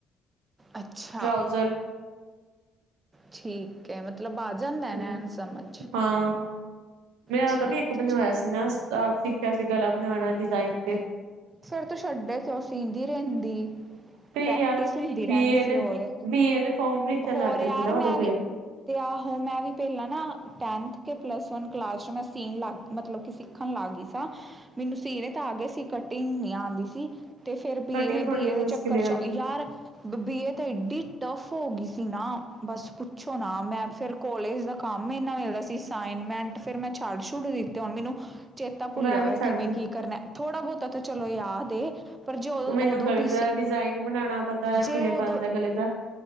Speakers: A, on the right (about 30°); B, on the right (about 85°).
A: ਅੱਛਾ,
B: ਟਰਾਊਜ਼ਰ
A: ਠੀਕ। ਕੇ ਮਤਲਬ ਆ ਜਾਂਦੈ,
B: ਹਮ
A: ਐਂਵੇ ਸਮਝ?
B: ਹਾਂ। ਮੈਂ
A: ਠੀਕ
B: ਤਾਂ ਵੀ ਇੱਕ
A: ਹੈ
B: ਬਣਵਾਇਆ
A: ਚਲੋ
B: ਸੀ ਨਾ, ਆਪ ਸਿੱਖਿਆ ਸੀ ਗਲਾ ਬਣਾਉਣਾ, ਡਿਜ਼ਾਇਨ ਤੇ।
A: ਫਿਰ ਤੂੰ ਛੱਡੇ ਕਿਉਂ, ਸੀਂਦੀ ਰਹਿੰਦੀ।
B: ਤੇ
A: ਪ੍ਰੈਕਟਿਸ
B: ਯਾਰ
A: ਹੁੰਦੀ ਰਹਿਣੀ
B: ਬੀ ਏ
A: ਸੀ
B: ਦੇ
A: ਹੋਰ,
B: ਬੀ ਏ ਦੇ ਫੋਰਮ ਭਰੀ ਚੱਲਣ
A: ਹੋਰ
B: ਲੱਗ
A: ਯਾਰ
B: ਗਏ ਸੀ ਨਾ
A: ਮੈਂ
B: ਉਦੋਂ ਫੇਰ
A: ਵੀ ਤੇ ਆਹੋ ਮੈਂ ਵੀ ਪਹਿਲਾਂ ਨਾ, ਟੈਨਥ ਕੇ ਪਲੱਸ ਵਨ ਕਲਾਸ 'ਚ, ਮੈਂ ਸੀਨ ਲੱਗ ਮਤਲਬ ਕਿ ਸਿੱਖਣ ਲੱਗ ਗਈ ਸਾਂ। ਮੈਨੂੰ ਸੀਨੇ ਤਾਂ ਆ ਗਏ ਸੀ ਕ ਕਟਿੰਗ ਨੀ ਆਉਂਦੀ ਸੀ, ਤੇ ਫਿਰ ਬੀ
B: ਕਟਿੰਗ
A: ਏ-ਬੀ
B: ਥੋੜੀ ਜਿਹੀ
A: ਏ
B: ਮੁਸ਼ਕਿਲ
A: ਦੇ ਚੱਕਰ 'ਚ
B: ਆ
A: ਯਾਰ ਬ ਬੀ ਏ ਤਾਂ ਏਡੀ ਟਫ ਹੋ ਗਈ ਸੀ ਨਾ, ਬਸ ਪੁੱਛੋ ਨਾ, ਮੈਂ ਫਿਰ ਕੋਲੇਜ ਦਾ ਕੰਮ ਇੰਨਾ ਲੈਦਾ ਸੀ ਸਾਈਨਮੈਂਟ ਫਿਰ ਮੈਂ ਛੱਡ ਛੁਡ ਦਿੱਤੇ ਹੁਣ ਮੈਨੂੰ ਚੇਤਾ ਭੁੱਲਿਆ
B: ਮੈਂ ਵੀ
A: ਵੈਐ
B: ਛੱਡਤੀ
A: ਕਿਵੇਂ ਕੀ ਕਰਨਾ ਥੋੜ੍ਹਾ ਬਹੁਤਾ ਤਾਂ ਚਲੋ ਯਾਦ ਏ ਪਰ ਜੋ
B: ਮੈਨੂੰ
A: ਉਦੋਂ
B: ਗਲੇ
A: ਦੀ
B: ਦਾ
A: ਸੀ
B: ਡਿਜ਼ਾਇਨ ਬਣਾਉਣਾ ਪਤਾ
A: ਜੇ
B: ਕਿਵੇਂ
A: ਉਦੋਂ
B: ਬਣਦਾ
A: ਓ
B: ਗਲੇ ਦਾ